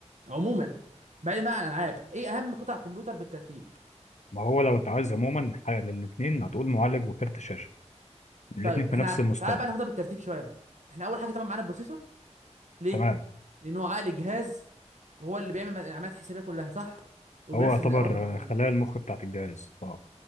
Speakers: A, on the right; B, on the left.
A: عموما بعيدا بقى عن الالعاب ايه اهم قطع كمبيوتر بالترتيب
B: ما هو لو اتعوز عموما حاجه للاثنين هتقول معالج وكارت شاشه الاثنين
A: طيب
B: في
A: احنا
B: نفس المستوى
A: تعالى بقى ناخدها بالترتيب شويه بقى احنا اول حاجه طبعا معانا البروسيسور ليه
B: تمام
A: لان هو عقل الجهاز هو اللي بيعمل العمليات الحسابيه كلها صح وبينفذ
B: هو يعتبر
A: الاوامر والكلام
B: آه، خلايا
A: ده كله
B: المخ بتاعت الجهاز اه